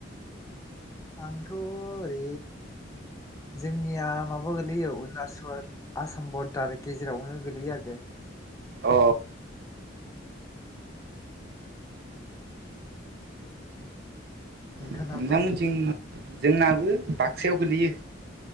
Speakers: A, on the left; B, on the right.
A: आंथ' ओरै जोंनिया माबा गोलैयो अरुणाचल आसाम बरदार गेजेरावनो गोलैयो आरो दे
B: अ
A: नोंथांनालाय
B: नोंथांमोनथिं जोंनाबो बाक्सायाव गोलैयो